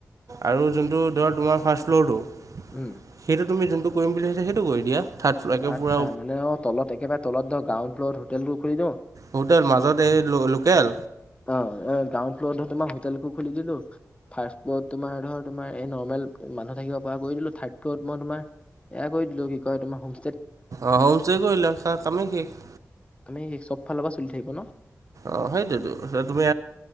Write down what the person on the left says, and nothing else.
উম'।
আচ্ছা,
মানে অ' তলত একেবাৰে তলত ধৰ, গ্ৰাউণ্ড ফ্লৰত হোটেলবোৰ খুলি দিওঁ।
অঁ, এ গ্ৰাউণ্ড ফ্ল'ৰত ধৰ তোমাৰ হোটেলবোৰ খুলি দিলো। ফাৰ্ষ্ট ফ্ল'লৰত তোমাৰ ধৰ তোমাৰ এই নৰ্মেল মানুহ থাকিব পৰা কৰি দিলোঁ, থাৰ্ড ফ্ল'ত মই তোমাৰ এইয়া কৰি দিলো কি কয় তোমাৰ হোম
তুমি চব ফালৰ পৰা চলি থাকিব ন।